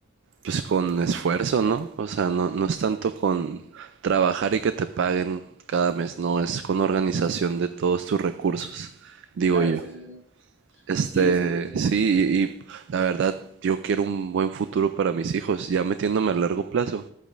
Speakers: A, on the right (about 55°); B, in the centre.
A: pues con esfuerzo, ¿no? O sea, no, no es tanto con trabajar y que te paguen cada mes, no, es con organización de todos tus recursos, digo
B: Claro,
A: yo.
B: sí, sí, sí.
A: Este,
B: Sí, sí, sí, sí.
A: sí, y, y la verdad, yo quiero un buen futuro para mis hijos, ya metiéndome a largo plazo.